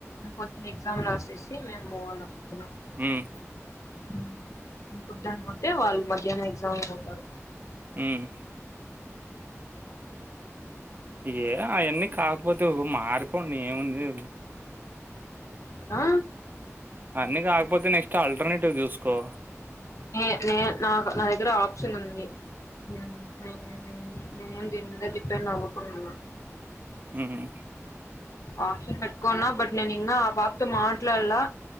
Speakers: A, on the left; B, on the right.
A: పొద్దున ఎగ్జామ్ రాసేసి మేము బోవాల్ల పొద్దున.
B: ఉమ్
A: ఉమ్ ఉహ్ వద్దనుకుంటే వాళ్ మధ్యానామే ఏ జామీకుంటారు
B: ఉహ్మ్ ఏ అయాన్నీ కాకపోతే ఓ మారిపోనీ ఏముంది.
A: ఆ
B: అన్నీ కాకపోతే నెక్స్ట్ ఆల్టర్నేటివ్ చూసుకో
A: నే నే నా నా దగ్గర ఆ మిషన్ ఉంది హ్మ్ <unintelligible> మెయిన్ దీనిమీద డిపెండ్ అవ్వకూడదు
B: హ్మ్
A: ఆశల్ పెట్టుకోన్నా బట్ ననీ నిన్న ఆ పాప్తో మాట్లాడలా